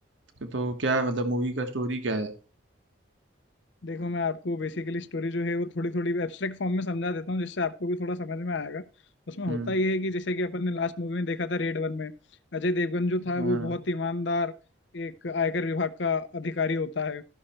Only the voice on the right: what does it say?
तो तो क्या है मतलब मूवी का स्टोरी क्या है
हम्म
हाँ